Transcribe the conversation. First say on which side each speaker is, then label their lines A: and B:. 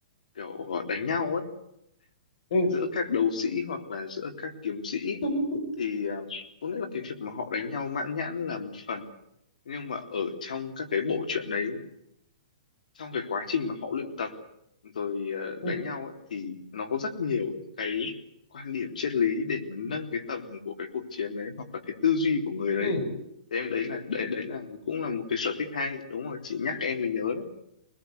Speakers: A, on the left; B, on the left.
A: kiểu đánh nhau ấy
B: ừ
A: giữa các đấu sĩ hoặc là giữa các kiếm sĩ
B: <laughs>
A: thì à, có nghĩa là cái việc mà họ đánh nhau mãn nhãn là một phần nhưng mà ở trong các cái bộ truyện đấy trong cái quá trình mà họ luyện tập rồi ờ,
B: ừ
A: đánh nhau ấy, thì nó có rất nhiều cái quan điểm triết lý để mà nâng cái tầm của cái cuộc chiến đấy hoặc là cái tư duy của người đấy
B: ừ
A: thế em đấy là đấy, đấy là cũng là một cái sở thích hay đúng rồi chị nhắc em mới nhớ đó